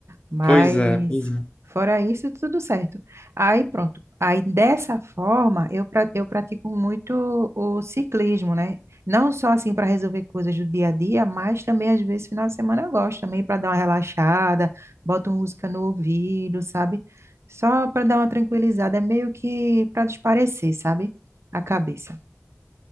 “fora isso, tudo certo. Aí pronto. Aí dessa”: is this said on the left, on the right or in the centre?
Right